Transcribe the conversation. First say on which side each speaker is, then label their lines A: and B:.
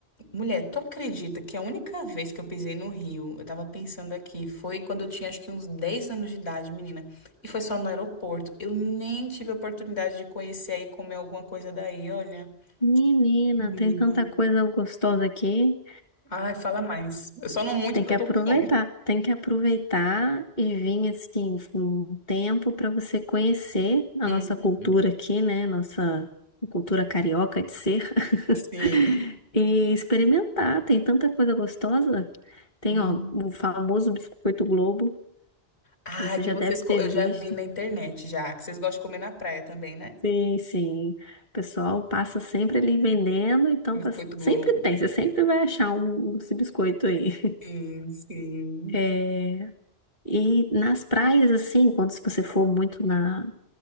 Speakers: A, on the left (about 70°); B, on the left (about 40°).
A: Mulher, tu acredita que a única vez que eu pisei no Rio, eu tava pensando aqui, foi quando eu tinha acho que uns 10 anos de idade, menina. E foi só no aeroporto. Eu nem tive a oportunidade de conhecer aí comer alguma coisa daí, olha.
B: Menina,
A: Menina.
B: tem tanta coisa gostosa aqui.
A: Ai, fala mais. Eu só não muito
B: Tem
A: porque
B: que
A: eu
B: aproveitar,
A: tô com fome.
B: tem que aproveitar e vir assim com um tempo para você conhecer a
A: Uhum,
B: nossa cultura aqui, né? Nossa cultura carioca de ser <laughs>
A: sim.
B: e experimentar. Tem tanta coisa gostosa. Tem,
A: Hum.
B: ó, o famoso biscoito Globo,
A: Ah,
B: que você
A: que
B: já
A: vocês.
B: deve ter
A: co- Eu já
B: visto.
A: vi na internet já, que vocês gostam de comer na praia também, né?
B: Sim, sim. O pessoal passa sempre ali vendendo, então
A: Biscoito
B: tá...
A: Globo.
B: sempre tem, você sempre vai achar um, esse biscoito aí.
A: Sim, sim.
B: <laughs> E nas praias, assim, quando se você for muito na.